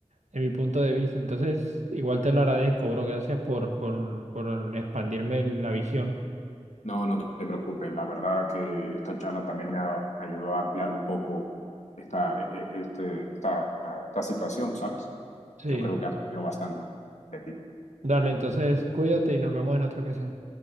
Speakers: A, on the right; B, on the left.
A: de mi punto de vista. Entonces, igual te lo agradezco, bro, gracias por, por, por expandirme la visión.
B: No, no te preocupes. La verdad que esta charla también me ha- me ayudó a ampliar un poco esta, e- e- este, esta, esta situación, ¿sabes?
A: Sí,
B: Yo creo que aprendió bastante de ti.
A: dale, entonces, cuídate y nos vemos en otra ocasión.